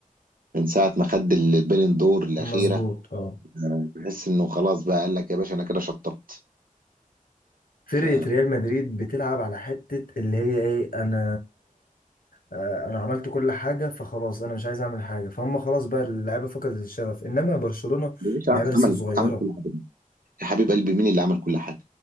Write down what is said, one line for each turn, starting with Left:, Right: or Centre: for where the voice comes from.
Right: من ساعه ما خد البالين دور الاخيره
Left: مظبوط اه
Right: تحس انه خلاص بقى قال لك يا باشا انا كده شطبت
Left: فرقة
Right: ف
Left: ريال مدريد بتلعب على حتة اللي هي ايه انا آه، انا عملت كل حاجة فخلاص انا مش عايز اعمل حاجة فهم خلاص بقى اللعيبة فقدت الشغف انما برشلونة
Right: مش عارف،
Left: اللعيبة لسه
Right: عمل
Left: صغيرة
Right: عمل كل حاجه يا حبيب قلبي مين اللي عمل كل حاجه